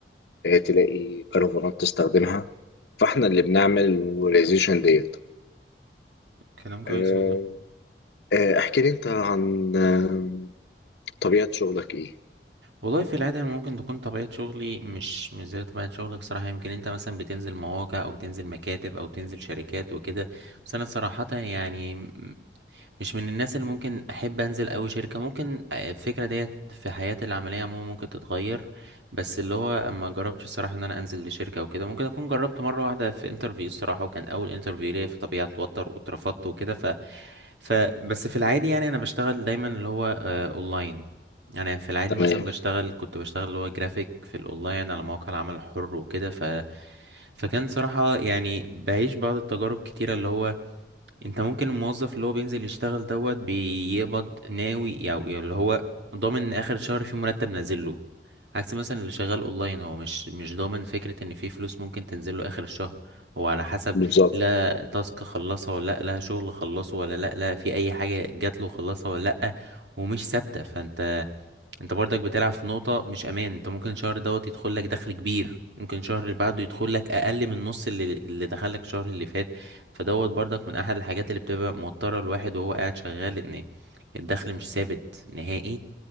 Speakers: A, on the left; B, on the right.
A: آه، تلاقي كرفانات تستخدمها فاحنا اللي بنعمل الموبيلايزيشن ديت
B: كلام كويس
A: آه،
B: والله
A: آه، احكي لي انت عن آه، طبيعه شغلك ايه
B: والله في العادة أنا ممكن تكون طبيعة شغلي مش مش زي طبيعة شغلك صراحة يمكن انت مثلا بتنزل مواقع او بتنزل مكاتب او بتنزل شركات وكده بس انا صراحة يعني م- مش من الناس اللي ممكن احب انزل اوي شركة ممكن آه، الفكرة ديت في حياتي العملية عموما ممكن تتغير بس اللي هو ما جربتش الصراحة ان انا انزل لشركة او كده ممكن اكون جربت مرة واحدة في انترفيو الصراحة وكان اول انترفيو ليا فطبيعي اتوتر واترفضت وكده ف فبس في العادي يعني انا بشتغل دايما اللي هو آه، اونلاين يعني في العادي
A: تمام
B: مثلا بشتغل كنت بشتغل اللي هو جرافيك في الاونلاين على مواقع العمل الحر وكده ف فكان صراحة يعني بعيش بعض التجارب كتيرة اللي هو انت ممكن الموظف اللي هو بينزل يشتغل دوت بيقبض ناوي او يعني اللي هو ضامن ان اخر شهر في مرتب نازل له عكس مثلا اللي شغال اونلاين هو مش مش ضامن فكرة ان في فلوس ممكن تنزل له اخر الشهر هو على حسب
A: بالظبط
B: لا تاسك خلصها ولا لا لا شغل خلصه ولا لا لا في اي حاجة جات له خلصها ولا لا ومش ثابتة فانت انت برضك بتلعب في نقطة مش امان انت ممكن الشهر دوت يدخل لك دخل كبير ممكن الشهر اللي بعده يدخل لك اقل من نص اللي اللي دخل لك الشهر اللي فات فدوت برضك من احد الحاجات اللي بتبقى موترة الواحد وهو قاعد شغال ان الدخل مش ثابت نهائي